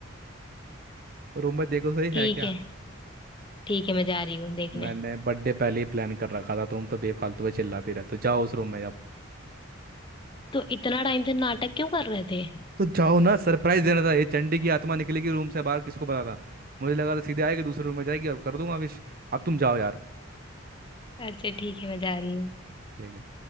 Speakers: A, on the right; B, on the left.
A: रूम में देखो सही है
B: ठीक
A: क्या
B: है ठीक है मैं जा रही हूँ देखने
A: मैंने बर्थडे पहले ही प्लान कर रखा था तुम तो बेफालतू में चिल्लाती रहते हो जाओ उस रूम में जाओ
B: तो इतना टाइम से नाटक क्यों कर रहे थे
A: तो जाओ ना सरप्राइज देना था ये चंडी की आत्मा निकलेगी रूम से बाहर किसको पता था मुझे लगा था सीधे आएगी दूसरे रूम में जाएगी और कर दूंगा विश अब तुम जाओ यार
B: अच्छा ठीक है मैं जा रही हूँ
A: ठीक है